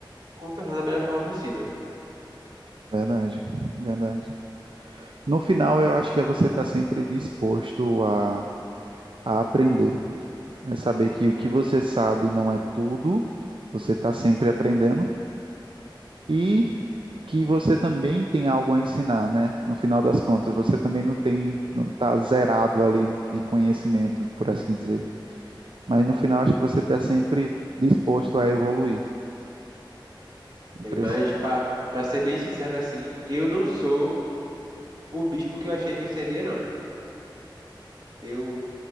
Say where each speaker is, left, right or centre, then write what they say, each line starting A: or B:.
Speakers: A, on the right; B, on the right.
A: contornar da melhor forma possível.
B: Verdade, verdade. No final, eu acho que é você estar sempre disposto a, a aprender. É saber que o que você sabe não é tudo, você está sempre aprendendo e que você também tem algo a ensinar, né? No final das contas, você também não tem, não está zerado ali de conhecimento, por assim dizer. Mas no final, acho que você está sempre disposto a evoluir. É
A: É,
B: por
A: mas,
B: isso.
A: para para ser bem sincero assim, eu não sou o bispo que eu achei que eu seria, não. Eu,